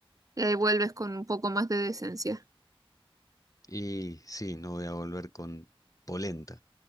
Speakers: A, on the right; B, on the left.
A: eh, vuelves con un poco más de decencia.
B: Y sí, no voy a volver con polenta.